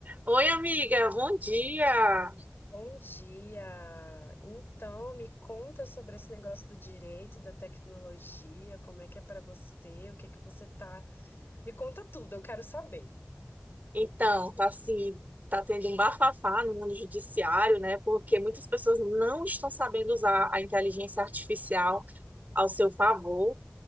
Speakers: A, on the right; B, on the left.
A: Oi, amiga, bom dia.
B: Bom dia! Então, me conta sobre esse negócio do direito, da tecnologia, como é que é para você, o que é que você tá. Me conta tudo, eu quero saber.
A: Então, tá assim, tá tendo um bafafá no mundo judiciário, né? Porque muitas pessoas não estão sabendo usar a inteligência artificial ao seu favor